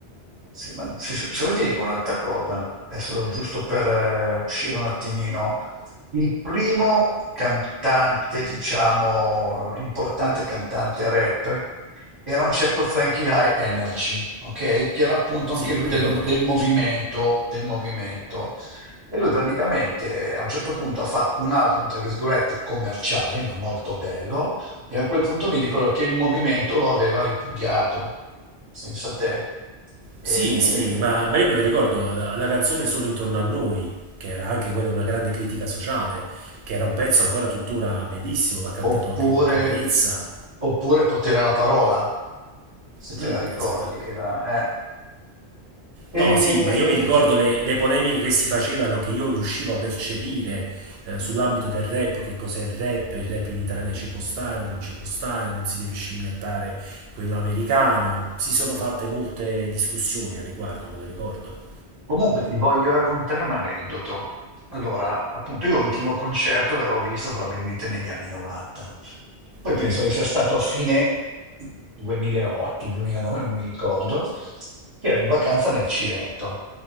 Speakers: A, on the right (about 40°); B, on the right (about 65°).
A: Sì, ma se, se vuoi ti dico un'altra cosa, adesso giusto per eh, uscire un attimino. Il primo cantante, diciamo, importante cantante rap era un certo Frankie High Energy, ok? Che era appunto
B: Sì,
A: anche
B: me
A: lui
B: lo
A: del,
B: ricordo.
A: del movimento, del movimento. E lui praticamente a un certo punto ha fatto un album, tra virgolette, commerciale, ma molto bello, e a quel punto mi ricordo che il movimento lo aveva ripudiato, senza te.
B: Sì,
A: E-
B: sì, ma, ma io me lo ricordo, la, la canzone Sono intorno a noi, che era anche quella una grande critica sociale, che era un pezzo ancora tuttora bellissimo, l'ha cantato
A: Oppure,
B: anche con Caparezza.
A: oppure potere alla parola, se te
B: Mm,
A: la ricordi,
B: esatto.
A: era... eh. E...
B: No, sì, ma io mi ricordo le, le polemiche che si facevano, che io riuscivo a percepire eh, sull'ambito del rap, che cos'è il rap, il rap in Italia ci può stare, non ci può stare, non si deve scimmiottare quello americano. Si sono fatte molte discussioni al riguardo, me lo ricordo.
A: Comunque ti voglio raccontare un aneddoto. Allora, appunto, io l'ultimo concerto l'avevo visto probabilmente negli anni 90. Poi penso
B: Mm.
A: che sia stato a fine 2008, 2009, non mi ricordo, che ero in vacanza nel Cilento,